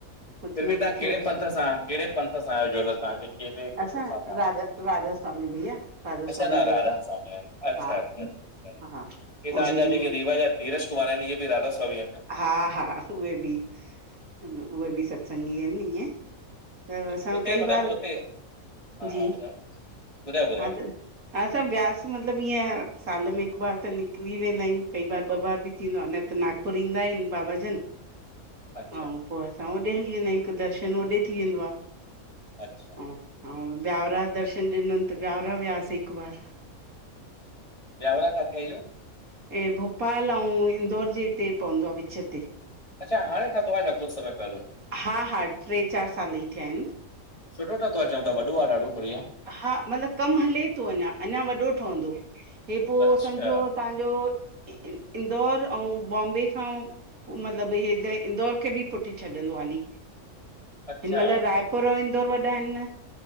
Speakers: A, on the right; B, on the left.
A: कुझु
B: फिर बि
A: न
B: तां
A: कुझु
B: केहड़े पंथ सां केहड़े पंथ सां आहियो जुड़ियल तांखे केहड़े गुरू
A: असां
B: सां? अच्छा
A: राधा राधा स्वामी भईया राधा
B: असां
A: स्वामी
B: त
A: जो
B: राधा स्‍वामी अहियूं। अच्छा।
A: हा
B: अछा
A: हा
B: ए
A: ओॾे
B: तांजा
A: बि
B: जेके रीवा जा धिरज कुमार आहिन इहे बि राधा स्वामी आहिन् न।
A: हा हा उहे बि उहे बि सत्संगी आहिन ईअं। त
B: न
A: असां
B: उते
A: कई
B: मतिलबु
A: बार
B: उते हा
A: जी।
B: हा ॿुधायो ॿुधायो ॿुधायो
A: हा त। हा असां ब्यास मतलब ईअं साल में हिक बार त निकिमरी वेंदा आहियूं कई बार ॿ बार बि थींदो आ न। त नागपुर ईंदा आहिन बाबाजन।
B: <inaudible> अच्छा
A: अऊ पो असां होॾे हली वेंदा आहिं हिक दर्शन होॾे थी वेंदो आ।
B: अच्छा।
A: अऊं ब्यावरा दर्शन ॾिनन त ब्यावरा वयासीं हिक बार।
B: ब्यावरा किथे आहे इहो
A: ऐं भोपाल आऊं इंदौर जे हिते पवंदो आ विच ते।
B: अच्छा हाणे ठतो आहे छा कुझु समय पहिरियों
A: हा हा ट्रे चार साल ई थिया आहिन।
B: सुठो ठातो आ चवन वॾो आ ॾढो बढ़िया।
A: हा मतलब कम हले तो अञा अञा वॾो ठहंदो हे पो
B: अच्छा
A: सम्झो तहांजो इ इंदौर आऊं बॉम्बे खां। मतलब हे त इंदौर खे बि पुठे छॾंदो हाली।
B: अच्छा
A: हिनमल रायपुर आऊं इंदौर वॾा आहिन।